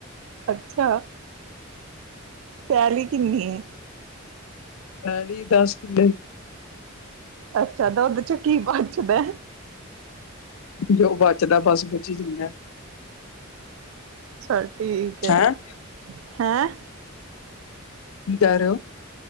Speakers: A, on the right; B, on the left.
A: ਅੱਛਾ। ਪੈਲੀ ਕਿੰਨੀ ਐ?
B: ਪੈਲੀ, ਦੱਸ ਕਿੱਲੇ।
A: ਅੱਛਾ। ਤਾਂ ਉਹਦੇ, ਚੋਂ ਕੀ ਬਚਦਾ?
B: ਜੋ ਬਚਦਾ, ਬਸ ਬੱਚੀ ਜਿੰਨਾ।
A: ਚੱਲ ਠੀਕ ਹੈ,
B: ਹੈਂ।
A: ਹੈਂ।
B: ਨ ਤਾਂਾਰ।